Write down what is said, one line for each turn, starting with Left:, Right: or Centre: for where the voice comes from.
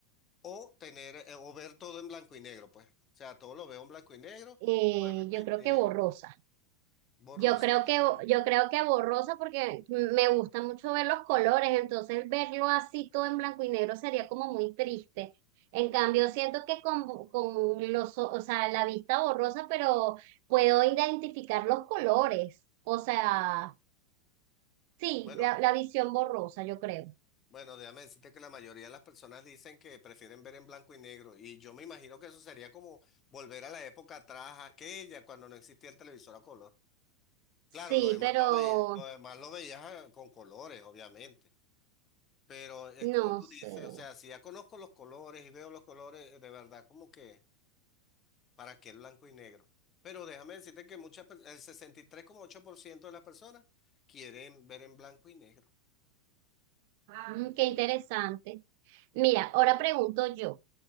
Left: o tener eh, o ver todo en blanco y negro, pues? O sea, todo lo veo en blanco y negro
Right: eh,
Left: o de
Right: yo
Left: repente
Right: creo que borrosa.
Left: borrosa.
Right: Yo creo que, yo creo que borrosa porque me gusta mucho ver los colores, entonces verlo así todo en blanco y negro sería como muy triste. En cambio, siento que con, con los, o o sea, la vista borrosa, pero puedo identificar los colores. O sea, sí,
Left: Bueno,
Right: la, la visión borrosa, yo creo.
Left: bueno, déjame decirte que la mayoría de las personas dicen que prefieren ver en blanco y negro y yo me imagino que eso sería como volver a la época atrás, aquella cuando no existía el televisor a color. Claro,
Right: Sí,
Left: lo demás
Right: pero
Left: lo veía, lo demás lo veías ah, con colores, obviamente. Pero es
Right: no
Left: como tú
Right: sé.
Left: dices, o sea, si ya conozco los colores y veo los colores, eh, de verdad, como que, ¿para qué el blanco y negro? Pero déjame decirte que muchas, per- el sesenta y tres coma ocho por ciento de las personas quieren ver en blanco y negro.
Right: Mm, qué interesante. Mira, ahora pregunto yo,